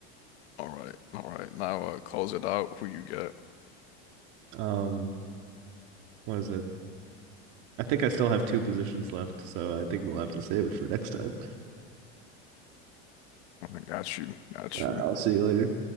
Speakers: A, on the left; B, on the right.
A: All right, all right. Now uh, close it out. Who you got?
B: Um, what is it? I think I still have two positions left, so I think we'll have to save it for next time.
A: I got you, got
B: All right,
A: you.
B: I'll see you later.